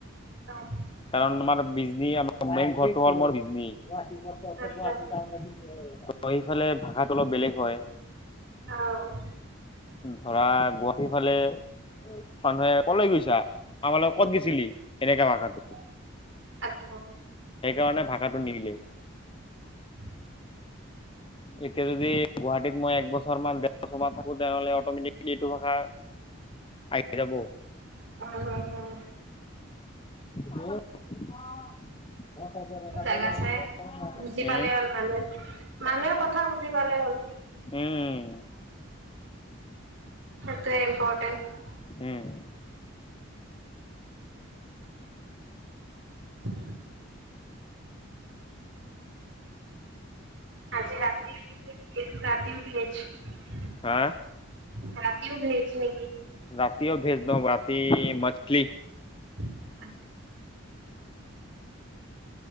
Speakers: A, on the right; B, on the left.
A: অ'।
B: কাৰণ আমাৰ বিজনি, মেইন ঘৰটো হল বিজনী। আমৰ
A: আচ্ছা আচ্ছা
B: ইফালে ভাষাটো অলপ বেলেগ হয়।
A: অ'।
B: ধৰা গুৱাহাটীৰ ফালে মানুহে কলৈ গৈছা আমাল ক'ত গৈছিলি এনেকা ভাষাটো।
A: <unintelligible>
B: সেইকাৰণে ভাষাটো নিমিলে।
A: <unintelligible>
B: এতিয়া যদি গুৱাহাটীত মই এক বছৰ মান <unintelligible> <unintelligible> থাকো তেনেহলে অটমেটিকলি এইটো ভাষা আহি যাব।
A: হুম, হুম, হুম।
B: <unintelligible>
A: জেগা চাই বুজি পালে
B: উম
A: হ'ল মানুহে, মানুহে কথা বুজি পালে হ'ল।
B: উম।
A: সেইটোৱে ইম্পৰ্টেণ্ট।
B: উম।
A: <unintelligible> আজি ৰাতি <unintelligible>
B: হা
A: ৰাতিও <unintelligible>
B: ৰাতিও ভেজ দ, ৰাতি মছলি।
A: <unintelligible>